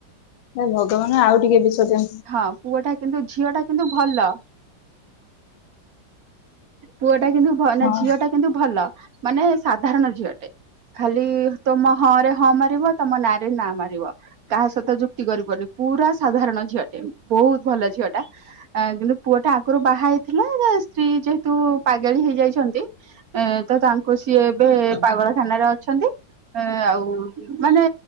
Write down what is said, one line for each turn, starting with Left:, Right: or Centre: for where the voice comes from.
Left: ଏ ଭଗବାନ ଆଉ ଟିକେ ବିଷନ୍ତ
Right: ହଁ ପୁଅ ଟା କିନ୍ତୁ ଝିଅ ଟା କିନ୍ତୁ ଭଲ ପୁଅ ଟା କିନ୍ତୁ ନା
Left: ହଁ।
Right: ଝିଅ ଟା କିନ୍ତୁ ଭଲ ମାନେ ସାଧାରଣ ଝିଅଟେ ଖାଲି ତମ ହଁ ରେ ହଁ ମାରିବ ତମ ନାଁରେ ନା ମାରିବ କାହା ସହିତ ଯୁକ୍ତି କରିପାରୁନି ପୁରା ସାଧାରଣ ଝିଅଟେ ବହୁତ ଭଲ ଝିଅ ଟା କିନ୍ତୁ ପୁଅ ଟା ଆଗରୁ ବାହା ହେଇଥିଲା ସ୍ତ୍ରୀ ଯେହେତୁ ପାଗଳ ହେଇଯାଇଛନ୍ତି ଏ ତ ତାଙ୍କୁ ସିଏ ଏବେ ପାଗଳ ଥାନାରେ ଅଛନ୍ତି ଏ ଆଉ ମାନେ